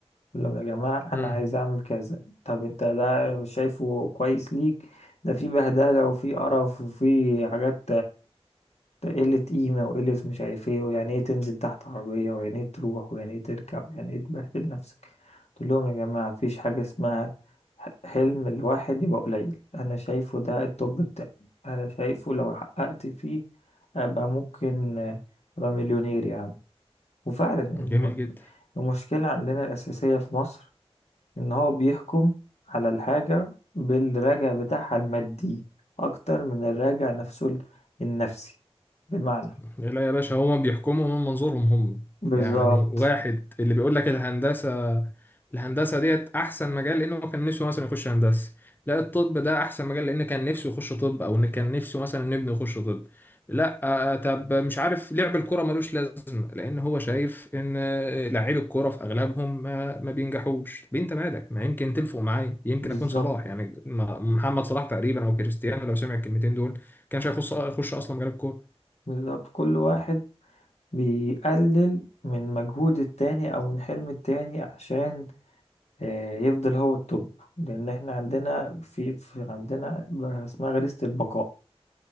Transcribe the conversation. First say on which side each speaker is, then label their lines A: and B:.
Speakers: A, on the left; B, on the left.
A: بقول لهم يا جماعه انا
B: امم
A: عايز اعمل كذا طب انت ده شايفه كويس ليك ده في بهدله وفي قرف وفي حاجات ده قلة قيمة وقلة مش عارف ايه ويعني ايه تنزل تحت عربية ويعني ايه تروح ويعني ايه ترجع ويعني ايه تبهدل نفسك تقول لهم يا جماعة مفيش حاجة اسمها ح- حلم الواحد يبقى قليل أنا شايفه ده التوب بتاعي أنا شايفه لو حققت فيه أبقى ممكن آه، أبقى مليونير يا عم وفعلا الم-
B: جميل جدا
A: المشكلة عندنا الأساسية في مصر إن هو بيحكم على الحاجة بالراجع بتاعها المادي أكتر من الراجع نفسه ال- النفسي بمعنى
B: لا يا باشا هما بيحكموا من منظورهم هم
A: بالظبط
B: يعني واحد اللي بيقول لك الهندسة الهندسة ديت أحسن مجال لأنه كان نفسه مثلا يخش هندسة لا الطب ده أحسن مجال لأن كان نفسه يخش طب أو إن كان نفسه مثلا ابنه يخش طب لا آه، طب مش عارف لعب الكرة ملوش لازمة لأن هو شايف إن آه، لاعبي الكرة في أغلبهم ما, ما بينجحوش طب أنت مالك ما يمكن تلفق معايا يمكن
A: بالظبط
B: أكون صلاح يعني ما- محمد صلاح تقريبا أو كريستيانو لو سمع الكلمتين دول كانش هيخش يخش أصلا مجال الكورة
A: بالظبط كل واحد بيقلل من مجهود التاني او من حلم التاني عشان آه، يفضل هو التوب لان احنا عندنا في, في عندنا اسمها غريزة البقاء